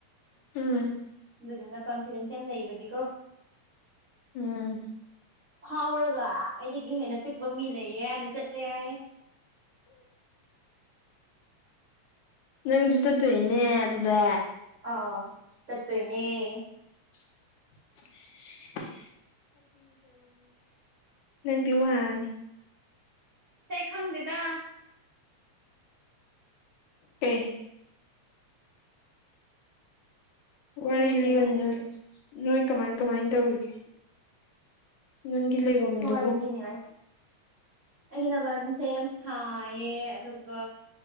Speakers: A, on the left; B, on the right.
A: ꯑꯝ
B: ꯑꯗꯨꯗꯨꯅ ꯀꯟꯐꯤꯗꯦꯟꯁ ꯌꯥꯝ ꯂꯩꯕꯒꯤꯀꯣ
A: ꯎꯝ
B: ꯐꯥꯎꯔꯒ ꯑꯩꯗꯒꯤ ꯍꯦꯟꯅ ꯄꯤꯛꯄ ꯃꯤ ꯂꯩꯌꯦ ꯍꯥꯏꯅ ꯆꯠꯂꯦ ꯍꯥꯏꯌꯦ
A: ꯅꯪꯖꯨ ꯆꯠꯇꯣꯏꯅꯤꯅꯦ ꯑꯗꯨꯗ
B: ꯑ ꯆꯠꯇꯣꯏꯅꯦ
A: <inaudible> <unintelligible> ꯅꯪꯗꯤ ꯋꯥꯡꯉꯦ
B: ꯁꯦ ꯈꯪꯗꯦꯗ
A: ꯀꯩ
B: ꯀꯩꯝ
A: ꯋꯥꯔꯤ
B: ꯅꯠꯇꯦꯗ
A: ꯂꯤꯌꯣꯅꯦ ꯅꯣꯏ ꯅꯣꯏ ꯀꯃꯥꯏ ꯀꯃꯥꯏ ꯇꯧꯔꯤꯒꯦ ꯅꯪꯒꯤ ꯂꯩꯕꯝꯗꯨꯕꯨ
B: ꯍꯣꯏ ꯂꯤꯅꯤꯡꯉꯥꯏꯁꯦ ꯑꯩꯒꯤ ꯂꯕꯝꯁꯦ ꯌꯥꯝ ꯁꯥꯏꯌꯦ ꯑꯗꯨꯒ